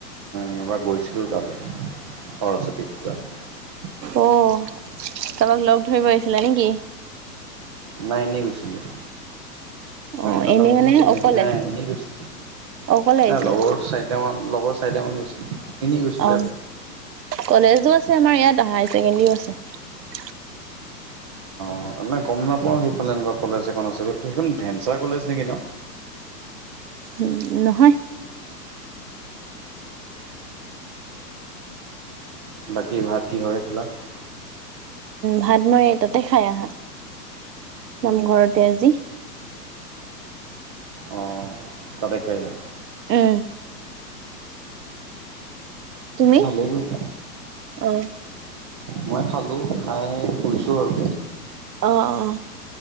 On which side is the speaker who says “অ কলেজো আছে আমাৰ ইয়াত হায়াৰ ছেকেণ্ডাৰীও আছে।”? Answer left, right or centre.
Right